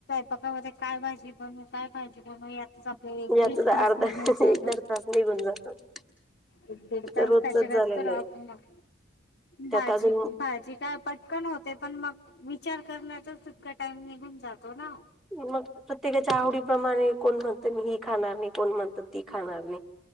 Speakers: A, on the left; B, in the centre.
A: स्वयपाकामध्ये काय भाजी बनवू, काय भाजी बनवू, यात. आपले एक
B: याच
A: दीड
B: अर्धा
A: तास निघून जातात.
B: एक दड तास निघून जातो
A: एक दीड तास
B: रोजचच
A: त्याच्याकडं
B: झालेलं
A: तर राहत
B: आहे
A: मग
B: त्यात
A: भाजी-भाजी
B: अजून
A: काय पटकन होते पण मग. विचार करण्यातचा इतका टाइम निघून जातो ना.
B: मग प्रत्येकाच्या आवडीप्रमाणे कोण म्हणते मी ही. खाणार नाही, कोण म्हणत ती खाणार नाही.